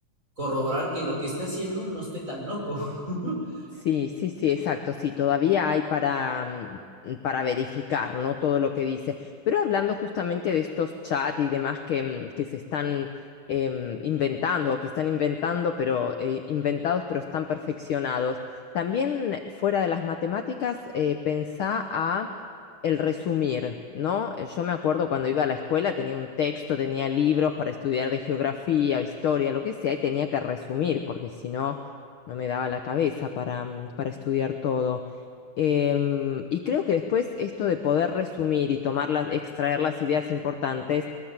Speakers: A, on the right; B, on the left.
A: corroborar que lo que esté haciendo no esté tan loco. <laughs>
B: Sí, sí, sí, exacto. Sí, todavía hay para, mm, para verificar, ¿no? Todo lo que dice. Pero hablando justamente de estos chats y demás que, mm, que se están em, inventando, o que están inventando, pero eh, inventados, pero están perfeccionados. También eh, fuera de las matemáticas, eh, pensá a el resumir, ¿no? Eh, Yo me acuerdo cuando iba a la escuela, tenía un texto, tenía libros para estudiar de geografía, historia, lo que sea, y tenía que resumir, porque si no no me daba la cabeza para, mm, para estudiar todo. Em, y creo que después esto de poder resumir y tomar las, extraer las ideas importantes